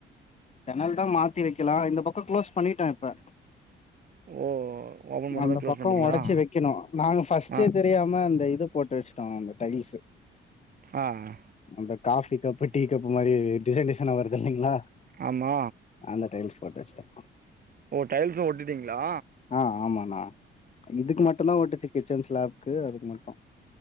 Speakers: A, on the left; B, on the right.
A: ஜன்னல் தா மாத்தி வெக்கலா இந்த பக்கோ க்ளோஸ் பண்ணிட்டே இப்ப
B: ஓ ஓபன் பண்ணாதா
A: அந்த
B: க்ளோஸ்
A: பக்கோ
B: பண்ணிட்டீங்களா
A: ஒடச்சு வெக்கணு நாங்க ஃபர்ஸ்ட்டே
B: ஆ
A: தெரியாம அந்த இது போட்டு வெச்ட்டோ அந்த டைல்ஸ்சு
B: ஆ ஆ
A: நம்ப காஃபி கப்பு டீ கப்பு மாரி டிசைன் டிசைனா வருதில்லேங்க்ளா
B: ஆமா
A: அந்த டைம் ஸ்பாட் வெச்சுட்டே
B: ஓ டைல்ஸ்சு ஒட்டிட்டீங்க்ளா
A: ஆ ஆமாண்ணா இதுக்கு மட்டு தா ஒட்டுச்சு கிச்சன் ஸ்லாப்கு அதுக்கு மட்டு